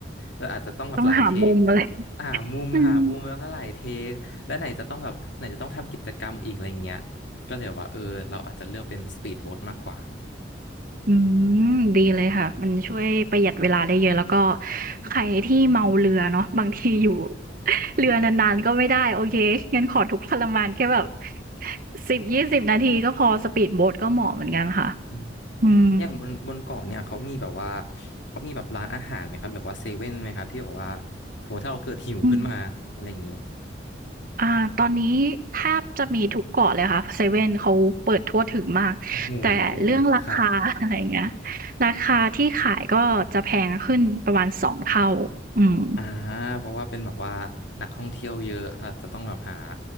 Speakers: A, on the left; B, on the right.
A: เราอาจจะต้องแบบหลายเทค
B: ต้องหามุมอะไร
A: หามุมหามุมแล้วก็หลายเทคและไหนจะต้องแบบไหนจะต้องทำกิจกรรมอีกอะไรเงี้ย
B: อืม
A: ก็เลยแบบว่าเออเราอาจจะเลือกเป็นสปีดโบ๊ทมากกว่า
B: อืมดีเลยค่ะมันช่วยประหยัดเวลาได้เยอะแล้วก็ใครที่เมาเรือเนาะบางทีอยู่เรือนานๆก็ไม่ได้โอเคงั้นขอทุกข์ทรมานแค่แบบ10-20นาทีก็พอสปีดโบ๊ทก็เหมาะเหมือนกันค่ะ
A: อืม
B: อืม
A: อย่างบนบนเกาะเนี่ยเขามีแบบว่าเขามีแบบร้านอาหารไหมครับหรือว่าเซเว่นไหมครับที่แบบว่าสมมติถ้าเราเกิดหิวขึ้นมาอะไรอย่างนี้
B: อืม อ่าตอนนี้แทบจะมีทุกเกาะเลยค่ะเซเว่นเขาเปิดทั่วถึงมากแต่เรื่องราคา
A: โอ้โหครับ
B: <laughs> อะไรอย่างเงี้ยราคาที่ขายก็จะแพงขึ้นประมาณ2เท่าอืม
A: อ่าเพราะว่าเป็นแบบว่านักท่องเที่ยวเยอะค่ะจะต้องแบบหา